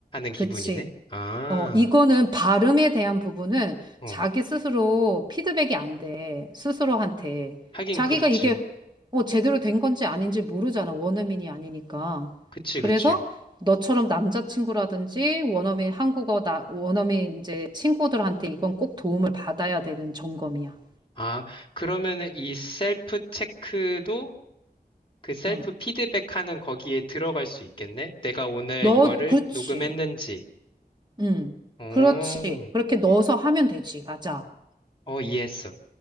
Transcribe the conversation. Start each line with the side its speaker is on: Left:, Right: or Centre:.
Left: 기분이네.
Right: 그치.
Left: 아,
Right: 어, 이거는 발음에 대한 부분은
Left: 어,
Right: 자기 스스로 피드백이 안 돼. 스스로한테.
Left: 하긴
Right: 자기가
Left: 그렇지.
Right: 이게 어, 제대로 된 건지 아닌지 모르잖아. 원어민이 아니니까.
Left: 그치,
Right: 그래서
Left: 그치.
Right: 너처럼 남자친구라든지 원어민 한국어 나, 원어민 이제 친구들한테 이건 꼭 도움을 받아야 되는 점검이야.
Left: 아, 그러면은 이 셀프 체크도 그 셀프
Right: 응.
Left: 피드백하는 거기에 들어갈 수 있겠네? 내가 오늘
Right: 너,
Left: 이거를
Right: 그렇지.
Left: 녹음했는지.
Right: 응.
Left: 오,
Right: 그렇지. 그렇게 넣어서 하면 되지. 맞아.
Left: 어, 이해했어.